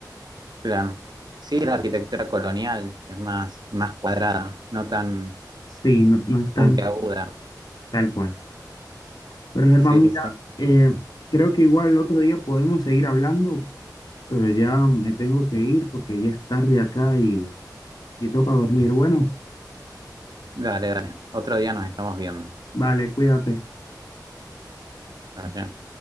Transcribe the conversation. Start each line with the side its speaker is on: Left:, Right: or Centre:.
Right: claro. Sí, la arquitectura colonial es más, más cuadrada, no tan
Left: Sí, no, no es tan
Right: puntiaguda.
Left: tal cual. Pero Germán,
Right: Sí,
Left: mira,
Right: sí, sí.
Left: eh, creo que igual el otro día podemos seguir hablando, pero ya me tengo que ir porque ya es tarde acá y, y toca dormir. Bueno.
Right: Dale, dale. Otro día nos estamos viendo.
Left: Vale, cuídate.
Right: Dale.